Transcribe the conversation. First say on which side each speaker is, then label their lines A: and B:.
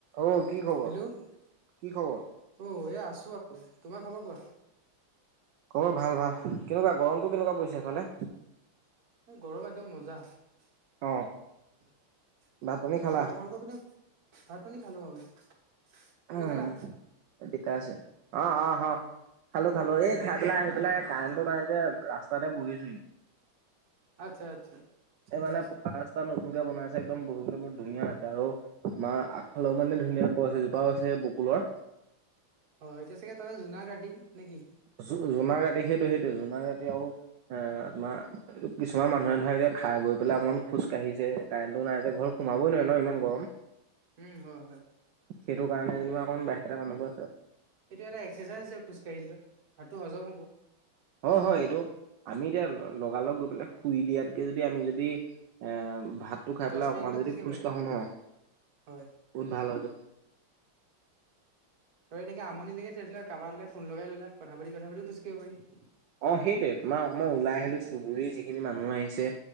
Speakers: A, on the right; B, on the right.
A: অ কি খবৰ
B: হেল্ল'
A: কি খবৰ?
B: অ এয়া আছো আৰু, তোমাৰ খবৰ কোৱা?
A: খবৰ ভাল ভাল কেনেকুৱা গৰমটো কেনেকুৱা পৰিছে এফালে।
B: এই গৰম একদম মজ্জা। তাৰপৰা
A: অ ভাত পানী খালা?
B: তোমালোকৰ পিনে ভাত পানী খালো আৰু। তুমি
A: উম
B: খালা
A: <inaudible> আছে অ অ হ। খালোঁ খালোঁ এই খাই পেলাই আহি পেলাই কাৰেণ্টটো নাই যে ৰাস্তাতে বহিছোহি।
B: আচ্ছা আচ্ছা ঠিকে
A: এই মানে
B: আছে
A: পকা ৰাস্তা <inaudible> ৰাস্তা নতুনকে বনাইছে একদম বহিবলৈ বৰ ধুনীয়া আছে আৰু আমাৰ আগফালেও মানে ধুনীয়া গছ এজোপা আছে। হৈছে বকুলৰ।
B: হয় এতিয়া চাগে তাতে জোনাক ৰাতি নেকি?
A: জোনাক জোনাক ৰাতি সেইটোৱেই সেইটোৱেই জোনাক ৰাতি আৰু এ তোমাৰ কিছুমান মানুহে ধৰা এতিয়া খাই বৈ পেলাই অকনমান খোজ কাঢ়িছে। কাৰেণ্টটো নাই যে ঘৰ সোমাবই নোৱাৰি ন ইমান গৰম।
B: উম হয় হয়
A: সেইটো কাৰণে যেনিবা অকমান বাহিৰতে মানুহবোৰ আছে আৰু।
B: এইটোৱেই এটা এক্সাৰচাইজ হয় খোজ কাঢ়িলে ভাতটো হজম হ'ব।
A: হয় হয় এইটো আমি এতিয়া লগালগ গৈ পেলাই শুই দিয়াতকে যদি আমি যদি। এ ভাতটো খাই
B: দহ
A: পেলাই
B: মিনিট
A: অকমান
B: হলেও
A: যদি
B: খোজকাঢ়িব
A: খোজ
B: লাগে
A: কাঢ়ো নহয়
B: হয়
A: বহুত ভাল হয়তটো।
B: আৰু এনেকে আমনি লাগিলে কাৰোবালৈ ফোন লগাই ললা কথা পাতি কথা পাতি খোজকাঢ়িব পাৰি।
A: অ সেইটোৱে তোমাৰ‌ অকনমান ওলাই আহিলো চুবুৰীৰ যিখিনি মানুহ আহিছে